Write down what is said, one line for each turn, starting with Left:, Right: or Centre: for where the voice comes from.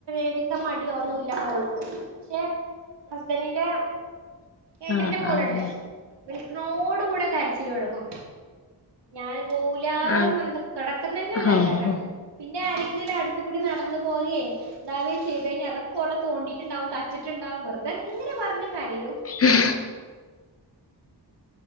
Right: എണിക്ക മടിയോ ഒന്നുല്ല മോൾക്ക് പക്ഷെ ഹസ്ബന്റിന്റെ ഏട്ടന്റെ
Left: ആഹ്
Right: മോള്ണ്ട് വിളിക്കുണോട് കൂടെ കരച്ചില് തൊടങ്ങും ഞാന് പോവൂലാന്ന്
Left: ആഹ്
Right: പർഞ്ഞിട്ട് തൊടക്കം തന്നെ അതാക്കാരാ
Left: ഹോ ഹോ
Right: പിന്നെ ആരെങ്കിലും അടുത്തുകൂടി നടന്നു പോകെ ഇതാവേ ചെയ്ത് കയിഞ്ഞാ അതൊക്കെ ഓളെ തോണ്ടിട്ടുണ്ടാവും തച്ചിട്ടുണ്ടാവും വെറുതെ ഇങ്ങനെ പറഞ്ഞ് കരയും
Left: ഉഹ്.